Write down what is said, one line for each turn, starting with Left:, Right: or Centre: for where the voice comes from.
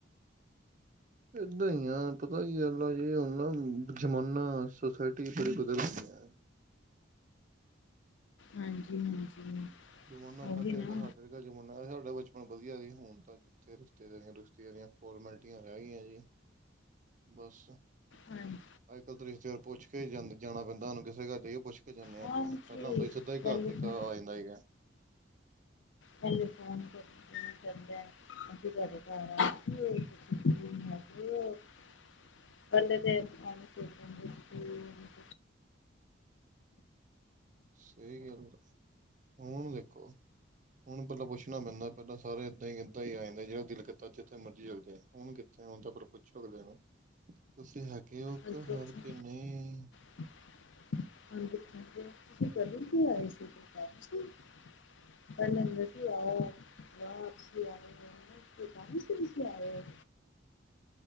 Right: ਏਦਾਂ ਈ ਆ, ਪਤਾ ਕਿ ਗੱਲ ਅ ਜੀ ਹੁਣ ਨਾ ਜ਼ਮਾਨਾ, ਸੁੋਸਾਇਟੀ ਬੜੀ ਬਦਲ ਗੀ ਹੈ
Left: ਹਾਂਜੀ ਹਾਂਜੀ
Right: ਜ਼ਮਾਨਾ
Left: ਉਹੀ
Right: ਪੇਹਲੇ
Left: ਨਾ
Right: ਅਰਗਾ ਜ਼ਮਾਨਾ, ਸਾਡਾ ਬਚਪਨ ਵਧੀਆ ਸੀ ਹੁਣ ਤੇ ਤੇ ਰਿਸ਼ਤੇਦਾਰੀਆਂ ਰਿਸ਼ਤੇਦਾਰੀਆਂ ਫੋਰਮੈਲਿਟੀਆਂ ਰਹਿ ਗਈਆਂ ਜੀ, ਬਸ
Left: ਹਾਂ <inaudible>
Right: ਅੱਜ ਕੱਲ ਤੇ ਰਿਸ਼ਤੇਦਾਰ ਪੁੱਛ ਕੇ ਜਾਂ ਜਾਣਾ ਪੈਂਦਾ ਹੁਣ ਕਿਸੇ ਘਰ ਜਾਈਏ ਪੁੱਛ ਕੇ ਕੇ ਜਾਂਦੇ ਹਾਂ
Left: ਹਾਂਜੀ
Right: ਆਪਾਂ ਪਹਿਲਾਂ ਹੁੰਦਾ
Left: ਹਾਂਜੀ
Right: ਸੀ ਸਿੱਧਾ ਹੀ
Left: ਪਹਿਲੇ
Right: ਘਰ ਤੇ ਗ ਆ ਜਾਂਦਾ ਸੀਗਾ
Left: ਪਹਿਲੇ ਫੋਨ ਕਰਦੇ ਜਾਂਦਾ ਅਸੀ ਘਰੇ ਆ <unintelligible> ਵੱਲ ਦੇ <unintelligible>
Right: ਸਹੀ ਗੱਲ, ਹੁਣ ਦੇਖੋ। ਹੁਣ ਪਹਿਲਾਂ ਪੁਛਣਾ ਪੈਂਦਾ ਪਹਿਲ ਸਾਰੇ ਏਦਾਂ ਹੀ ਆ ਜਾਂਦੇ ਜਿਹੜਾ ਦਲ ਕੀਤਾ ਜਿੱਥੇ ਮਰਜ਼ੀ ਚੱਲ ਜਾਏ ਹੁਣ ਹੁਣ ਤਾਂ ਪਹਿਲਾਂ ਪੁੱਛੇ ਅਗਲੇ ਨੂੰ, ਤੁਸੀਂ ਹੈਗੇ ਹੋ
Left: ਅੱਜ
Right: ਘਰ
Left: ਪੁੱਛਣਗੇ
Right: ਕੇ ਨਹੀਂ?
Left: <inaudible> <unintelligible> ਪੈਲੇ ਮਲਕਿ ਆਯਾ ਹੋਏਆ <unintelligible> ਕੋਈ ਕਾਰਨ ਸੀ ਤੁਸੀ ਆਏ ਹੋ?